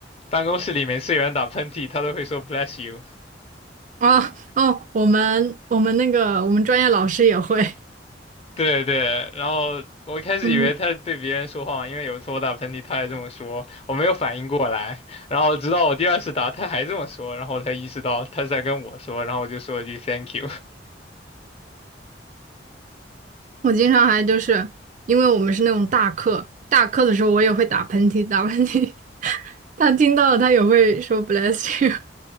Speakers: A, on the left; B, on the right.
A: 办公室里每次有人打喷嚏，他都会说 bless you。
B: 啊哦，我们我们那个我们专业老师也会，
A: 对对，然后我一开始以为他是对别人说话嘛，
B: <laughs> 嗯，
A: 因为有一次我打喷嚏，他也这么说，我没有反应过来，然后直到我第二次打，他还这么说，然后我才意识到他是在跟我说，然后我就说了一句 thank you。
B: 我经常还就是因为我们是那种大课，大课的时候我也会打喷嚏，打喷嚏，<laughs> 他听到了他也会说 bless you。